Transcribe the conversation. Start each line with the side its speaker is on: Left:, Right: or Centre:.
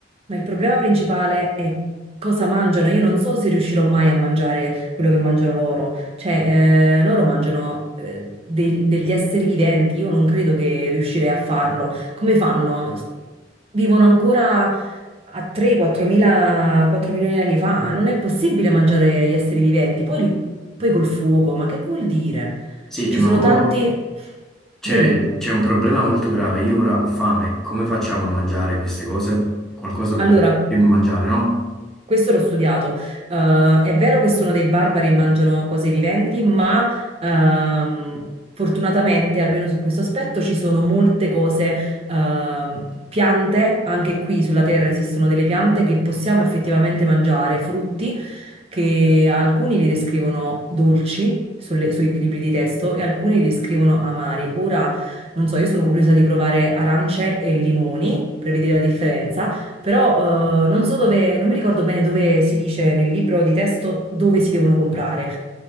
Right: Ma il problema principale è cosa mangiano. Io non so se riuscirò mai a mangiare quello che mangiano loro. Cioè, eh, loro mangiano eh, dei- degli esseri viventi. Io non credo che riuscirei a farlo. Come fanno? Vivono ancora a 3-4 mila, 4 milioni di anni fa. Non è possibile mangiare gli esseri viventi. Poi, li- poi col fuoco, ma che vuol dire?
Centre: Sì,
Right: Ci
Centre: eh, ma
Right: sono
Centre: mo
Right: tanti...
Centre: c'è
Right: Dimmi.
Centre: c'è un problema molto grave. Io ora ho fame, come facciamo a mangiare queste cose? Qualcosa dobbiamo
Right: Allora,
Centre: mangiare, no?
Right: Questo l'ho studiato. Eh, è vero che sono dei barbari e mangiano cose viventi, ma ehm, fortunatamente, almeno su questo aspetto, ci sono molte cose, ehm, piante, anche qui sulla Terra esistono delle piante che possiamo effettivamente mangiare, frutti che alcuni li descrivono dolci. sulle- sui libri di testo e alcuni li descrivono amari. Ora, non so, io sono curiosa di provare arance e limoni per vedere la differenza però eh, non so dove, non mi ricordo bene dove si dice nel libro di testo dove si devono comprare.